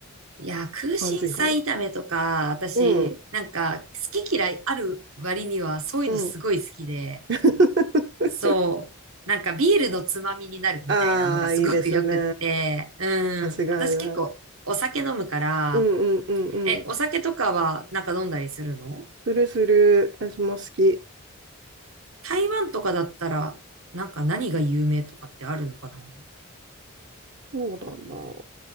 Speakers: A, on the right; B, on the right.
A: いやー、空心菜炒めとか、
B: 感じかも。
A: 私、
B: うん、
A: なんか、好き嫌いある割には、そういうのすごい好きで、
B: うん。<laughs>
A: そう、なんかビールのつまみになるみたいなのがすごくよくって、
B: ああ、いいですね。
A: う
B: 間違いない。
A: ん、私結構お酒飲むから、
B: うんうんうんうん。
A: え、お酒とかはなんか飲んだりするの
B: するする。私も好き。
A: 台湾とかだったら、なんか何が有名とかってあるのかな
B: そうだな。